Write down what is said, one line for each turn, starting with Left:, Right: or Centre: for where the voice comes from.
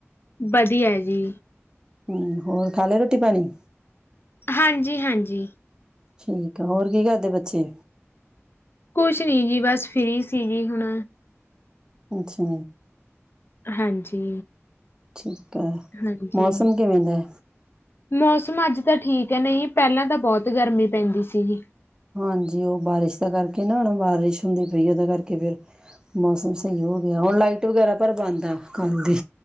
Left: ਵਧੀਆ ਜੀ
Right: ਹਮ ਹੋਰ ਖਾ ਲੈ ਰੋਟੀ ਪਾਣੀ
Left: ਹਾਂਜੀ ਹਾਂਜੀ
Right: ਠੀਕ ਹੋਰ ਕੀ ਕਰਦੇ ਬੱਚੇ
Left: ਕੁਛ ਨਹੀਂ ਜੀ ਬਸ ਫਰੀ ਸੀ ਜੀ ਹੁਣ
Right: ਅੱਛਾ
Left: ਹਾਂਜੀ,
Right: ਅੱਛਾ, ਅ
Left: ਹਾਂਜੀ।
Right: ਮੌਸਮ ਕਿਵੇਂ ਦਾ?
Left: ਮੌਸਮ ਅੱਜ ਤਾਂ ਠੀਕ ਹੈ ਨਹੀਂ ਪਹਿਲਾਂ ਤਾਂ ਬਹੁਤ ਗਰਮੀ ਪੈਂਦੀ ਸੀਗੀ।
Right: ਹਾਂਜੀ, ਉਹ ਬਾਰਿਸ਼ ਦਾ ਕਰਕੇ ਨਾ ਹੁਣ ਬਾਰਿਸ਼ ਹੁੰਦੀ ਪਈ ਉਹਦੇ ਕਰਕੇ ਫੇਰ ਮੌਸਮ ਸਹੀ ਹੋ ਗਿਆ ਹੁਣ ਲਾਈਟ ਵਗੈਰਾ ਪਰ ਬੰਦ ਕੱਲ ਦੀ।